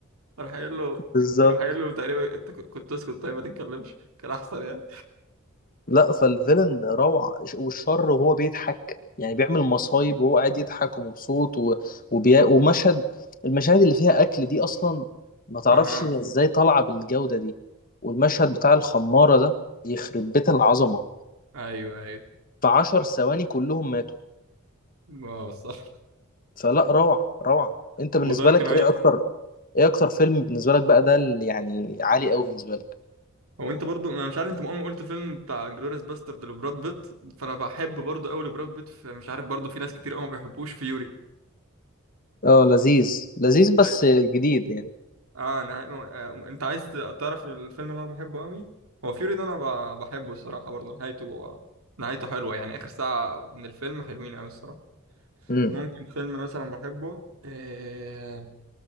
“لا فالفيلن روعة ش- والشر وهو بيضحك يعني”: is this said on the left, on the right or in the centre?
Left